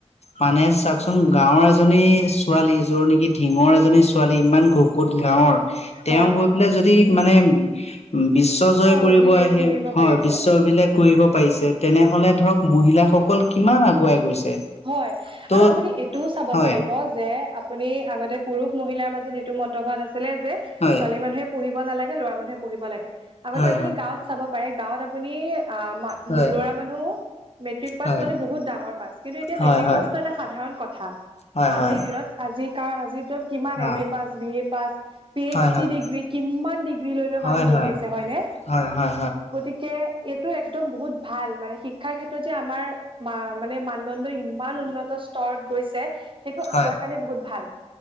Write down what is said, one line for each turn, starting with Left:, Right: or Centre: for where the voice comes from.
Left: মানে চাওকচোন গাঁওৰ এজনী ছোৱালী, যোৰ নেকি ঢিঙৰ এজনী ছোৱালী ইমান ঘো ক'ত গাঁৱৰ, তেওঁ
Right: হয়
Left: গৈ পেলাই যদি মানে উম, বিশ্ব জয় কৰিব
Right: অভিলেখ
Left: আহে,
Right: গঢ়িব
Left: হয়
Right: পাৰিছে
Left: বিশ্ব অভিলেখ কৰিব পাৰিছে, তেনেহ'লে ধৰক মহিলাসকল কিমান আগুৱাই গৈছে।
Right: হয়
Left: ত'
Right: আৰু আপুনি এইটোও চাব
Left: হয়
Right: পাৰিব যে আ পুনি আগতে পুৰুষ - মহিলাৰ মাজত এইটো মতভাত আছিলে যে,
Left: হয়
Right: ছোৱালী মানুহে পঢ়িব নালাগে, ল'ৰা মানুহে পঢ়িব লাগে, আগতে
Left: হয়
Right: আপুনি গাঁৱত চাব পাৰে গাঁৱত আপুনি আ' মা উম,
Left: হয়
Right: ল'ৰা মানুহ মেট্ৰিক পাছ
Left: হয় হয়
Right: কৰিলে বহুত ডাঙৰ পাছ। কিন্তু এতিয়া
Left: হয়
Right: মেট্ৰিক
Left: হয়
Right: পাছটো এটা সাধাৰণ কথা।
Left: হয়
Right: আজিৰ
Left: হয়
Right: দিনত, আজিৰ কাৰণ আজিৰ দিনটোত কিমান এম
Left: অ',
Right: A pass, B A pass P H
Left: হয় হয়
Right: ডি ডিগ্ৰী, কিমান ডিগ্ৰী লৈ লৈ
Left: হয়
Right: মানুহ বহি
Left: হয়
Right: আছে হয়নে?
Left: হয় হয়
Right: গতি কে এইটো একদম বহুত ভাল মানে শিক্ষাৰ ক্ষেত্ৰত যে আমাৰ মা-মানে মানু জনটো ইমান উন্নত স্তৰত গৈছে সেইটো
Left: হয়
Right: আমাৰ কাৰণে বহুত ভাল